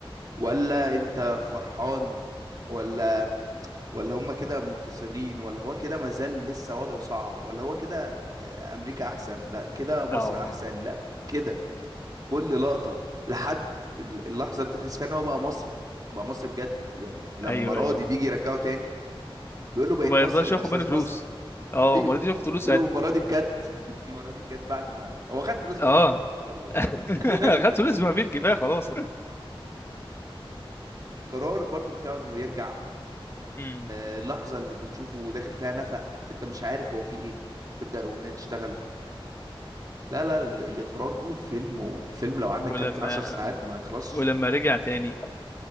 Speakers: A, on the right (about 40°); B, on the left (about 25°).
A: ولا انت فرحان ولا ولا هم كده منتصرين ولا هو كده مازال لسه وضعه صعب ولا هو كده آه، امريكا احسن لا كده مصر
B: اه
A: احسن لا كده كل لقطة لحد ال- اللحظة اللي انت بتحس فيها ان هو بقى مصري بقى مصري بجد يعني لما
B: ايوه
A: راضي
B: ايوه
A: بيجي يرجعه تاني بيقول له بقيت
B: وما
A: مصري
B: يرضاش ياخد
A: يا استاذ
B: مني فلوس
A: مصري
B: اه
A: ايوه
B: ما رضيش ياخد فلوس
A: ولو
B: ساعتها
A: المره دي بجد <laughs> المره دي بجد بعد ما هو خد فلوس ما
B: اه
A: فيه برضه
B: <laughs>
A: <laughs>
B: خدت فلوس ما فيه الكفايه خلاص
A: القرار برضه بتاعه انه يرجع
B: امم
A: آه، اللحظه اللي بتشوفه داخل فيها نفق انت مش عارف هو فيه ايه تبدا الاغنيه تشتغل لا لا ال- الاخراج والفيلم والفيلم لو قعدنا نتكلم
B: ولما
A: فيه 10 ساعات ما يخلصش
B: ولما رجع تاني